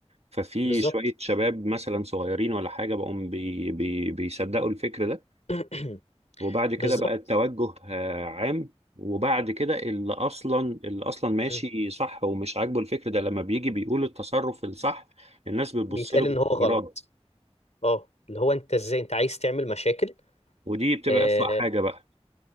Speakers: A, on the right; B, on the left.
A: ففي
B: بالظبط
A: شوية شباب مثلا صغيرين ولا حاجة بقوا بي بي بيصدقوا الفكر ده
B: <clears throat>
A: وبعد كده
B: بالظبط
A: بقى التوجه آه، عام وبعد كده اللي أصلا اللي أصلا ماشي
B: أمم.
A: صح ومش عاجبه الفكر ده لما بيجي بيقول التصرف الصح الناس بتبص
B: بيتقال
A: له
B: ان
A: باستغراب
B: هو غلط اه اللي هو انت ازاي انت عايز تعمل مشاكل
A: ودي بتبقى
B: آه،
A: أسوأ حاجة بقى